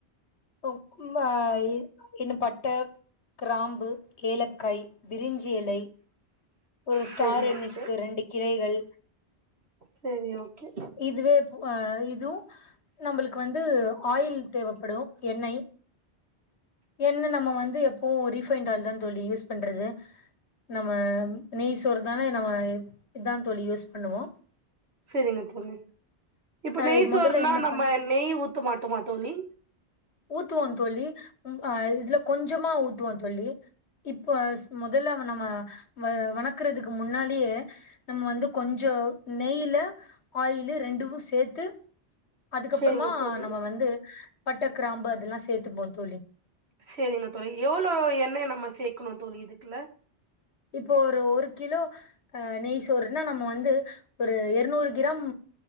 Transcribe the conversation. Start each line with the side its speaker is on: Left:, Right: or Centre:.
Left: உம் அ இன்னு பட்ட கிராம்பு ஏலக் கை பிரிஞ்சி எலை ஒரு ஸ்டாரு
Right: செரி ஓகே
Left: நிஸ்கு ரெண்டு கிளைகள்
Right: செரி ஓகே
Left: இதுவே இதுவு நம்மளுக்கு வந்து ஆயில் தேவப்படு எண்ணெய் என்ன நம்ம வந்து எப் ஓ ரீஃபைண்ட் ஆயில் தா தோழி யூஸ் பண்றது நம்ம நெய் சோறு தானே நம்ம இதான் தோழி யூஸ் பண்ணுவோ
Right: சேரிங்க தோழி இப்ப
Left: அ
Right: நெய் சோறுனா
Left: மொதல்ல என்ன
Right: நம்ம
Left: பண்
Right: நெய் ஊத்த மாட்டோமா தோழி
Left: ஊத்துவோ தோழி உம் அஹ் இதுல கொஞ்சமா ஊத்துவோ தோழி இப்ப முதல்ல நம்ம வ வணக்கறதுக்கு முன்னாலேயே நம்ம வந்து கொஞ்ச நெய்யில ஆயில்லு ரெண்டு சேர்த்து அதுக்கப்பறமா
Right: செரிங்க தோழி
Left: நம்ம வந்து பட்டர் கிராம்பு அதெல்லாம் சேர்த்துப்போம் தோழி
Right: செரிங்க தோழி எவ்வளோ எண்ணெய்யை நம்ம சேர்க்கணும் தோழி இதுக்குல்ல
Left: இப்போ ஒரு ஒரு கிலோ அஹ் நெய் சோறுனா நம்ம வந்து ஒரு எருநூறு கிராம்